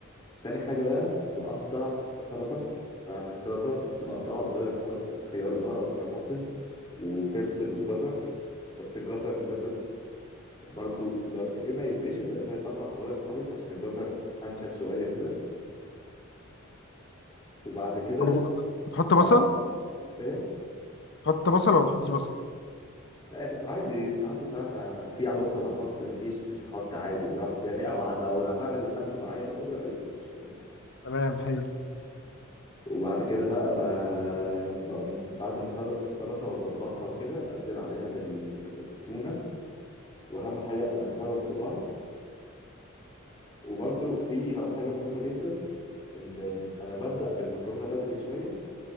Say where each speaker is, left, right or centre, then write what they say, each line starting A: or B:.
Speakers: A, on the left; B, on the left.
A: تاني حاجه بقى بقطع سلطه بعمل سلطه بس بقطعها صغير خالص خيار بقى او طماطم وفلفل وجزر بس الجزر لازم برضو لو يا اما يتبشر يا اما يتقطع صغير خالص عشان الجزر انشف شويه كده وبعد كده
B: طب بتحط
A: آه
B: بصل
A: ايه
B: تحط بصل ولا ما تحطش بصل
A: آه عادي ساعات وساعات ه- في بصل هحط مفيش مش هحط عادي براحتي يعني او ع- لو هعمل لحد معايا باخد رايه مش آه.
B: تمام حلو
A: وبعد كده بقى ب... بقوم بعد ما اخلص السلطه واظبطها وكده انزل عليها بالتونه واهم حاجه ادخلهم في بعض وبرضو في حاجه مهمه جدا ان انا ببدا بالمكرونه بدري شويه